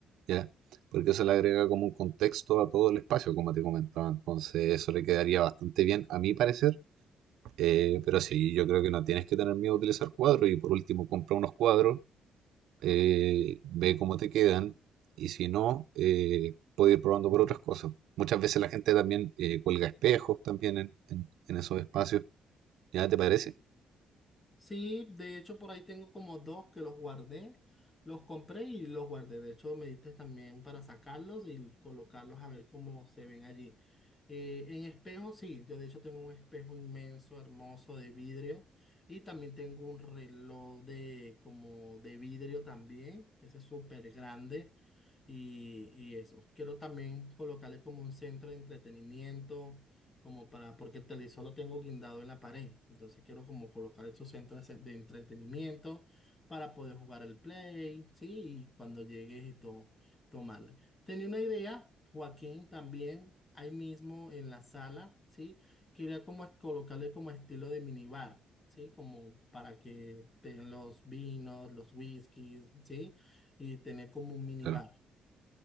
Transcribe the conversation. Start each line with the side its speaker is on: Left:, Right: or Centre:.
Right: ¿ya? porque eso le agrega como un contexto a todo el espacio, como te comentaba. Entonces, eso le quedaría bastante bien, a mi parecer. Eh, pero sí, yo creo que no tienes que tener miedo a utilizar cuadros. Y por último, compra unos cuadros, eh, ve cómo te quedan. Y si no, eh, puedes ir probando por otras cosas. Muchas veces la gente también eh, cuelga espejos también en, en- en esos espacios. ¿Ya te parece?
Left: Sí, de hecho por ahí tengo como dos que los guardé, los compré y los guardé. De hecho me diste también para sacarlos y colocarlos a ver cómo se ven allí. Eh, en espejo, sí, yo de hecho tengo un espejo inmenso, hermoso de vidrio y también tengo un reloj de como de vidrio también, ese es súper grande y, y eso. Quiero también colocarle como un centro de entretenimiento como para, porque el televisor lo tengo guindado en la pared, entonces quiero como colocar esos centros de de entretenimiento para poder jugar el play, ¿sí? Y cuando llegues y todo, tomarle. Tenía una idea, Joaquín, también ahí mismo en la sala, ¿sí? Quería como es- colocarle como estilo de minibar, ¿sí? Como para que tengan los vinos, los whiskies, ¿sí? Y tener como un minibar.
Right: Claro.